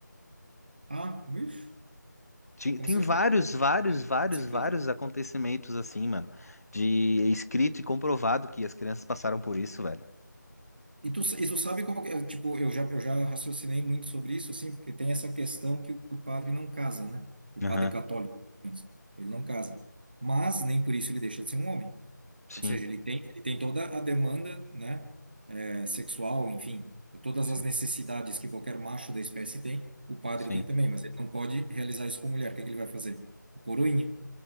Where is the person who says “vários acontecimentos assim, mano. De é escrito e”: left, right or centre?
Left